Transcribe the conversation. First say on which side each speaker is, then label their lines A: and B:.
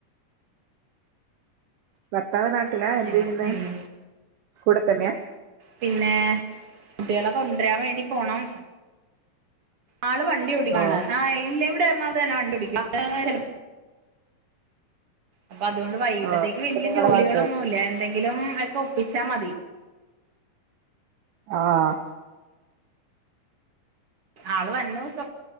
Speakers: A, on the right; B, on the right.
A: ഭർത്താവ് നാട്ടിലാ എന്ത്
B: ഞങ്ങൾ
A: യ്യിന്നെ
B: ഉം
A: കൂടെ തന്നെയാ?
B: പിന്നെ കുട്ടിയാളെ കൊണ്ടരാൻ വേണ്ടി പോണം. ആള് വണ്ടി ഓടിക്കാണ്
A: ഓ
B: ആഹ് ഇല്ല ഇവിടെ എറണാകൊൾതെന്നെ വണ്ടി ഓടിക്കും ആഹ് ചെല അപ്പ അതുകൊണ്ട് വൈകീട്ടത്തേക്ക്
A: ഓ അപ്പൊ
B: വല്ലിയ
A: നിങ്ങള്
B: ജോലികളൊന്നൂല്ല
A: മാത്രം
B: എന്തെങ്കിലും ഒക്കെ ഒപ്പിച്ചാ മതി.
A: ആഹ്
B: ആള് വന്നോസം-